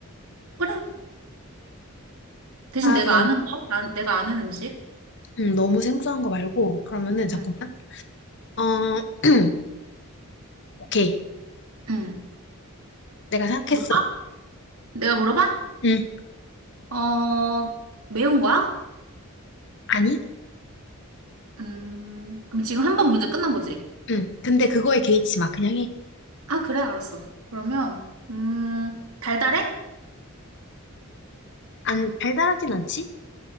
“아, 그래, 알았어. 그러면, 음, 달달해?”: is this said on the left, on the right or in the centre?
Right